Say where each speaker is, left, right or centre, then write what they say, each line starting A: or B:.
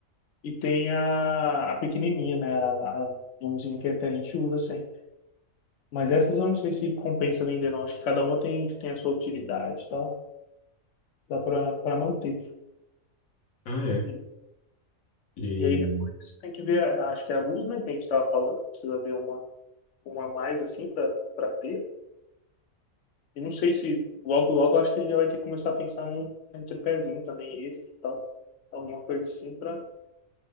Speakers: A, on the left (about 70°); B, on the left (about 85°).
A: e tem a, a pequenininha, né? A, a zoomzinha que até a gente usa assim. Mas essas eu não sei se compensa vender, não. Acho que cada uma tem, tem a sua utilidade e tal. Dá pra, pra manter.
B: Ah, é.
A: E,
B: E
A: e aí depois tem que ver, a- acho que é a luz, né, que a gente tava falando. Precisa ver uma, uma a mais assim pra, pra ter. E não sei se logo, logo acho que a gente já vai ter que começar a pensar num, num tripézinho também extra e tal. Alguma coisa assim pra,